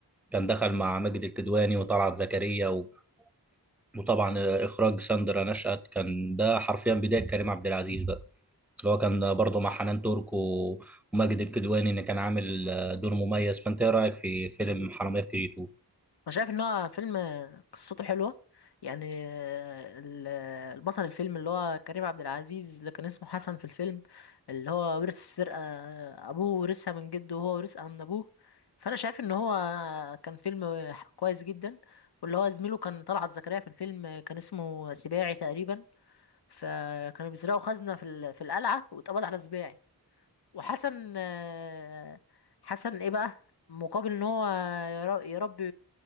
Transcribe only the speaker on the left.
انا شايف ان هو فيلم قصته حلوه يعني ال- البطل الفيلم اللي هو كريم عبد العزيز اللي كان اسمه حسن في الفيلم اللي هو ورث السرقه ابوه ورثها من جده وهو ورثها من ابوه فانا شايف ان هو كان فيلم كويس جدا واللي هو زميله كان طلعت زكريا في الفيلم كان اسمه سباعي تقريبا فكانوا بيسرقوا خزنه في ال- في القلعه واتقبض على سباعي وحسن آه، حسن ايه بقى مقابل ان هو ير- يربي